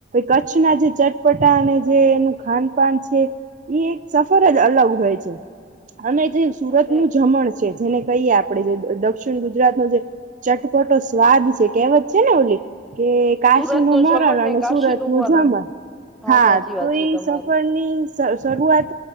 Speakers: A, on the right; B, in the centre.
A: કચ્છના જે ચટપટા અને જે એનું ખાનપાન છે. એ એક સફર જ અલગ હોય છે, અને જે સુરત
B: અરે
A: નું જમણ છે, જેને કહીએ આપડે જે દક્ષિણ ગુજરાતનો જે ચટપટો સ્વાદ છે, કેવત છે ને, ઓલી કે કાશી
B: સુરત
A: નું મરણ
B: જમણ
A: અને
B: ને
A: સુરત
B: કાશી
A: નું
B: મરણ
A: જમણ હા,
B: સાચી
A: તો
B: વાત
A: એ
B: છે તમારી.
A: સફર ની શરૂઆત